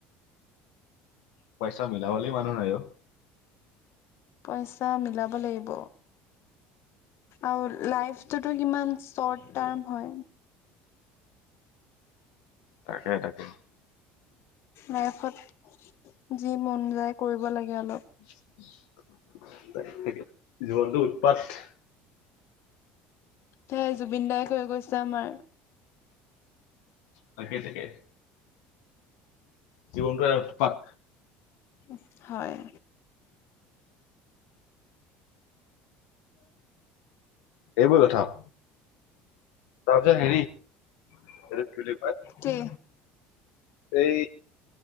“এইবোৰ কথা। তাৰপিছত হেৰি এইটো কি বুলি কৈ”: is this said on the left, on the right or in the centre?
Left